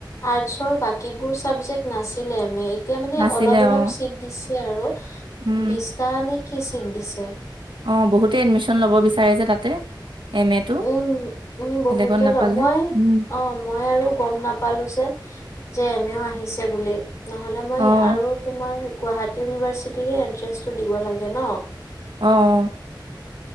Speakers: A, on the left; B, on the right.
A: আৰ্টছৰ বাকীবোৰ চাবজেক্ট নাছিলে এম এত। এতিয়া মানে
B: নাছিলে
A: অলপ অলপ
B: অ',
A: চিট দিছে আৰু
B: উম,
A: বিশটা নে কি চিট দিছে।
B: অ, বহুতে এডমিশ্যন ল'ব বিচাৰে যে তাতে। এম এটো
A: উম, উম, বহুতে
B: বেলেগত নাপালে
A: লয়। মই
B: উম,
A: অ মই আৰু গম না পালো যে যে এমেও আহিছে বুলি নহলে মই
B: অ',
A: আৰু তোমাৰ গুৱাহাটী ইউনিভাৰ্চিটিৰে এন্ট্ৰেন্ঞ্চটো দিব লাগে ন
B: অ